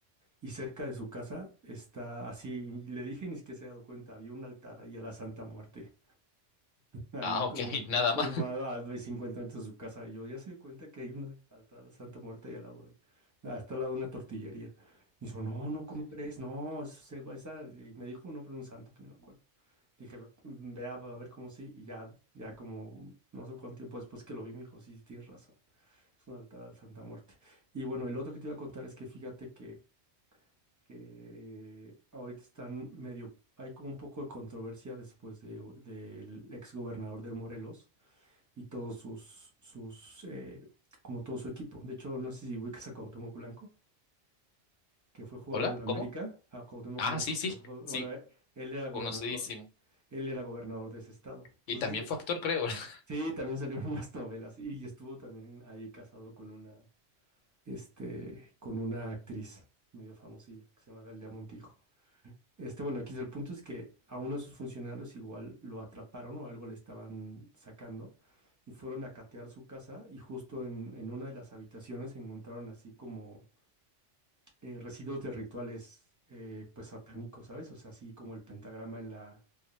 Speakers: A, on the right; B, on the left.
A: y cerca de su casa está así, y le dije y ni siquiera se ha dado cuenta, había un altar ahí a la Santa Muerte ahí
B: Ah,
A: como,
B: ok, <laughs> nada
A: como
B: más.
A: a, a 50 metros de su casa. Y yo ya se dio cuenta que hay una atrás de la Santa Muerte y al lado de, hasta al lado de una tortillería. Y dijo, no, no, ¿cómo crees? No, eso es ego, esa. Y me dijo un nombre de un santo que no me acuerdo. Dije, "Mm, vea, a ver cómo sí. Y ya, ya como no sé cuánto tiempo después que lo vi, me dijo, sí, sí, tienes razón. Es un altar a la Santa Muerte. Y bueno, el otro que te iba a contar es que fíjate que, que ahorita están medio, hay como un poco de controversia después de, del ex gobernador de Morelos y todos sus, sus eh, como todo su equipo. De hecho, no sé si ubicas a Cuauhtémoc Blanco, que fue jugador
B: Hola,
A: de la América,
B: ¿cómo?
A: a Cuauhtémoc
B: Ah,
A: Blanco,
B: sí, sí,
A: que fue jugador-
B: sí,
A: bueno, eh, él era gobernador,
B: conocidísimo.
A: él era gobernador de ese estado. Entonces,
B: Y también fue actor, creo. <laughs>
A: sí, también salieron <laughs> unas novelas y, y estuvo también ahí casado con una, este, con una actriz medio famosilla que se llama Galilea Montijo. Este, bueno, aquí el punto es que a uno de sus funcionarios igual lo atraparon o algo le estaban sacando y fueron a catear su casa y justo en, en una de las habitaciones encontraron así como eh, residuos de rituales eh, pues satánicos, ¿sabes? O sea, así como el pentagrama en la,